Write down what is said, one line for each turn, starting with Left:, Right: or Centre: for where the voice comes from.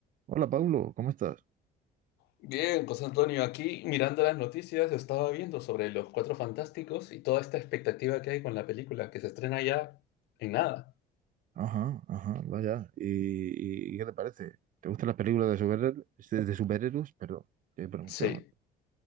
Right: Hola Pablo, ¿cómo estás?
Left: Bien, José Antonio, aquí mirando las noticias estaba viendo sobre los Cuatro Fantásticos y toda esta expectativa que hay con la película que se estrena ya en nada.
Right: Ajá, ajá, vaya. ¿Y, y qué te parece? ¿Te gustan las películas de superhéroes? De, de superhéroes, perdón. Eh, pero me
Left: Sí,
Right: quedo-